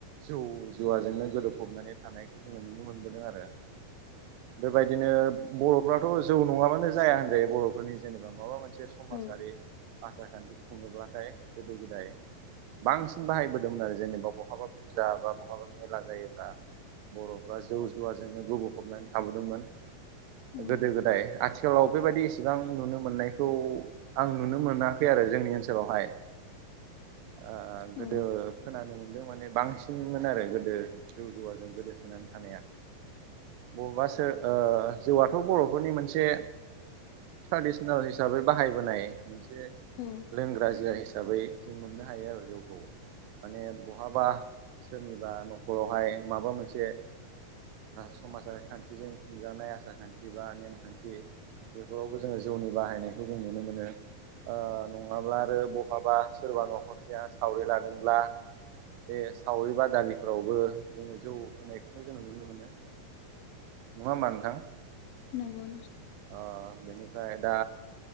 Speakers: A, on the right (about 80°); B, on the left (about 85°).
A: जौ जुवाजोंनो गोदोबफबनानै थानायखौ जोंङो नुनो मोनबोदों आरो। बेबायदिनो बर'फ्राथ' जौ नङाबानो जाया होनजायो बर'फोरनि जेनेबा माबा मोनसे। समाजारि।
B: औ
A: आसार खान्थि खुङोब्लाथाय गोदो गोदाय बांसिन बाहायबोदोंमोन आरो जेनेबा बहाबा। फुजा बा बहाबा मेला जायोब्ला बर'फ्रा जौ जुवा। नो गफबनानै थाबोदोंमोन
B: औ
A: गोदो गोदाय आथिखालावथ। आथिखालाव बेबायदि इसेबां नुनो मोननायखौ आं नुनो मोनाखै आरो जोंनि ओनसोलावहाय। आं
B: औ
A: गोदो खोनानो मोनदों माने बांसिनमोन आरो गोदो जौ जुवाजों गोदोसोनानै थानाया। बबेबा सो जौआथ बरफोरनि मोनसे ट्रेडिसनेल हिसाबै बाहायबोनाय मोनसे
B: उम
A: लोंग्रा जुआ हिसाबै जों मोननो हायो आरो जौखौ माने बहाबा सोरनिबा नखरावहाय माबा मोनसे समाजारि खान्थिजों खुंजानाय आसार खान्थि बा नेम खान्थि बेफोरावबो जोंङो जौनि बाहायनायखौ जों नुनो मोनो नङाब्ला आरो बहाबा सोरबा नखरसेया सावरि लादोंब्ला बे सावरि बादालिफोरावबो जोंङो जौ होनायखौनो जों नुनो मोनो नंङा होमबा नोंथां।
B: नोंगौ नो
A: अ बेनिफ्राय दा